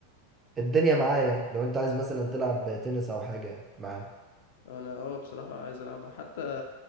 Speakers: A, on the right; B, on the left.
A: الدنيا معايا لو انت عايز مثلا تلعب تنس او حاجة معاه
B: انا اه بصراحه عايز العبها حتى